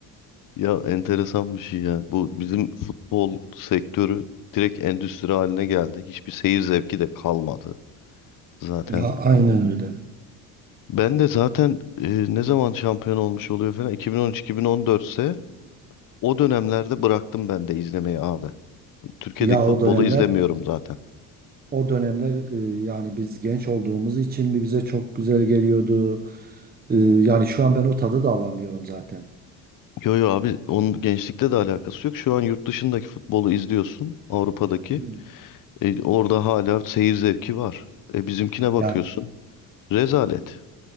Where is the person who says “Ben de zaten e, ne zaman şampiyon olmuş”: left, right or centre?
Left